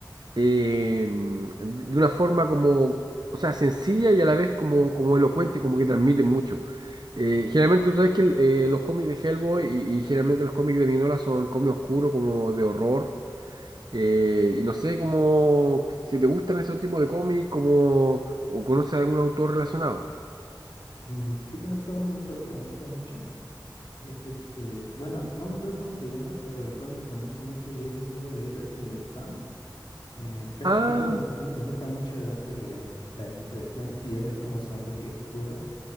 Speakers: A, on the right (about 60°); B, on the left (about 75°).
A: eh, de una forma como, o sea, sencilla y a la vez como, como elocuente, como que transmiten mucho. Eh, generalmente tú sabes que el- eh, los cómics de Hellboy y, y generalmente los cómics de Minola son cómics oscuros, como de horror. eh, y no sé cómo, si te gustan esos tipos de cómics, como, o conoces algún autor relacionado.
B: Mm, sí conozco a un autor que me gusta mucho. Es este, bueno, no me acuerdo cómo se llama, pero el cómic me gusta mucho y ese sí lo he leído, es el de Spawn. Eh, casi
A: Ah,
B: todos los que están, me gusta mucho el arte de la ilustración, y ese es como sombrío, oscuro,